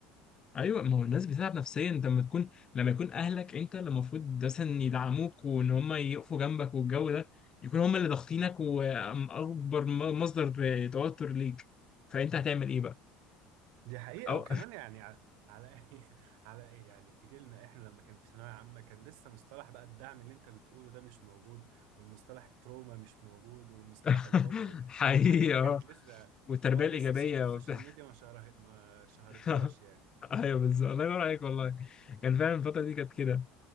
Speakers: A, on the left; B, on the right.
A: ايوه ما هو الناس بتتعب نفسيا انت لما تكون لما يكون اهلك انت اللي المفروض مثلا يدعموك وان هم يقفوا جنبك والجو ده يكون هم اللي ضاغطينك واكبر م- مصدر توتر ليك فانت هتعمل ايه بقى؟
B: دي حقيقة
A: أو
B: وكمان يعني ع- على ايه <laughs> على ايه يعني في جيلنا احنا لما كان في ثانوية عامة كان لسه مصطلح بقى الدعم اللي انت بتقوله ده مش موجود والمصطلح التروما مش موجود والمصطلح
A: <laughs>
B: الحب و-
A: حقيقي
B: يعني الحاجات دي
A: اه
B: كانت لسه
A: والتربية
B: اه
A: الإيجابية
B: لسه السوش- السوشيال
A: وبتاع
B: ميديا ما شهره ما شهرتهاش
A: <laughs>
B: يعني
A: ايوه بالظبط الله ينور عليك والله كان فعلا الفترة دي كانت كده